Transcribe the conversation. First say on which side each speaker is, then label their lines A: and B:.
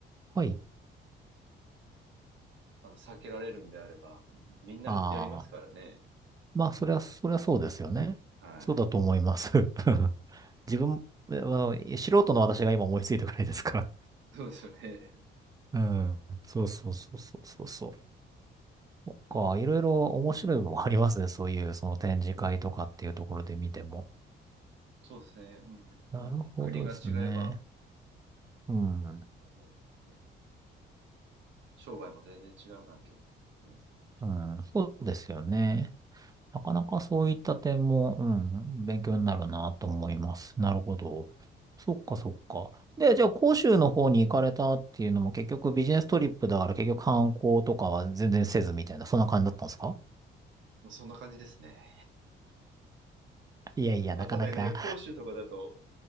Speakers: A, on the right; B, on the right.
A: はい。
B: あの避けられるんであれば、みんなやりますからね。
A: ああ。まあ、それは、それはそうですよね。
B: はい。
A: そうだと思います。<laughs> 自分、あの、素人の私が今思いついたくらいですから。
B: そうですよね。
A: うん。そうそうそうそうそうそう。そっか、いろいろ面白いものありますね。そういう、その展示会とかっていうところで見ても。
B: <laughs> そうですね。うん。やっぱ国が違えば、
A: なるほどですね。うん。
B: あの、うん、商売も全然違うなっていうのは思いますね。
A: うん。そうですよね。なかなかそういった点も、うん、勉強になるなと思います。なるほど。そっかそっか。で、じゃあ、広州の方に行かれたっていうのも結局ビジネストリップだから結局観光とかは全然せずみたいな、そんな感じだったんですか
B: もうそんな感じですね。
A: いやいや、
B: まあ、
A: なかなか。
B: ただね、広州とかだと、